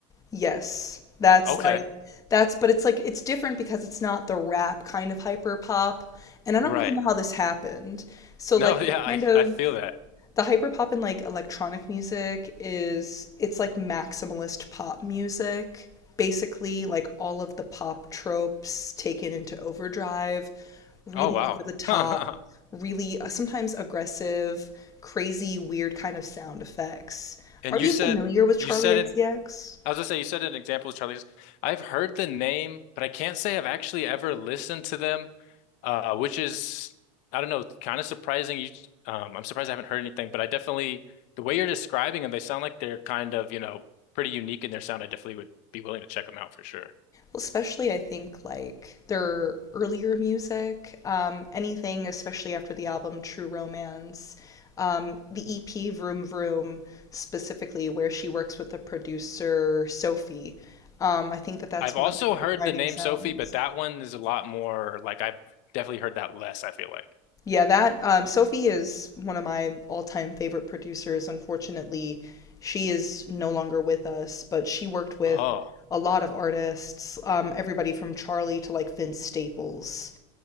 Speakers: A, on the left; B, on the left.
A: Yes, that's
B: Okay.
A: like that's but it's like it's different because it's not the rap kind of hyper pop, and I don't
B: Right.
A: really know how this happened. So
B: No.
A: like
B: <laughs> Yeah.
A: the kind
B: I
A: of
B: I feel that.
A: the hyperpop and like electronic music is it's like maximalist pop music. Basically, like all of the pop tropes taken into overdrive, really
B: Oh wow.
A: over the top,
B: <laughs>
A: really uh, sometimes aggressive, crazy, weird kind of sound effects.
B: And
A: Are
B: you
A: you
B: said
A: familiar with
B: you
A: Charlie
B: said
A: XCX?
B: in I was gonna say, you said an example is Charlie. I've heard the name, but I can't say I've actually ever listened to them, uh, which is, I don't know, kind of surprising. You, um, I'm surprised I haven't heard anything, but I definitely, the way you're describing them, they sound like they're kind of, you know, pretty unique in their sound. I definitely would be willing to check them out for sure.
A: especially I think like their earlier music, um, anything especially after the album True Romance, um, the EP Vroom Vroom specifically where she works with the producer Sophie. Um, I think that that's
B: I've also
A: one of like the
B: heard
A: defining
B: the name
A: sounds.
B: Sophie, but that one is a lot more like I've definitely heard that less, I feel like.
A: Yeah, that um, Sophie is one of my all-time favorite producers. Unfortunately, she is no longer with us, but she worked with
B: Oh,
A: a lot of artists, um, everybody from Charlie to like Vince Staples.